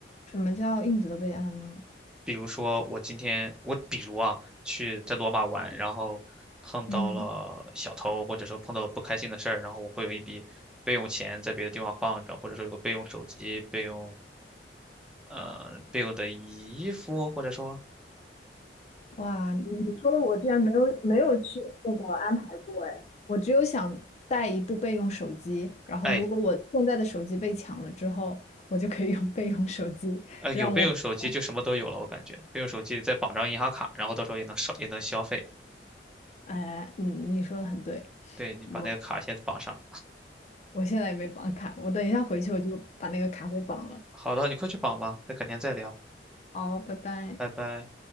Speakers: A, on the left; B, in the centre.
A: 什么叫应急的备案呢？
B: 比如说我今天我比如啊去在罗马玩，然后碰到了小偷，
A: 嗯。
B: 或者说碰到了不开心的事儿，然后我会有一笔备用钱在别的地方放着，或者说有个备用手机、备用呃备用的衣服，或者说
A: 哇，你说的我之前没有没有去那个安排过哎，我只有想带一部备用手机，然后如果我现在的手机被抢了之后，
B: 哎
A: 我就可以用备用手机让我活下
B: 呃有备用手机就什么都有了，我感觉备用手机再绑张银行卡，然后到时候也能少也能消费。
A: 来哎，你你说的很对，
B: 对你把那个卡先绑上。
A: 我我现在也没绑卡，我等一下回去我就把那个卡给绑了。
B: 好的，你快去绑吧，再改天再聊，
A: 好，拜拜。
B: 拜拜。